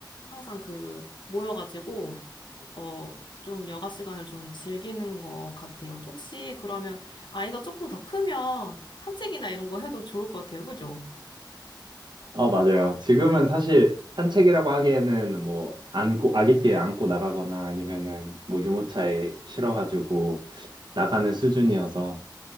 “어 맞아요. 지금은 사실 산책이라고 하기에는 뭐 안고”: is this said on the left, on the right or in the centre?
Right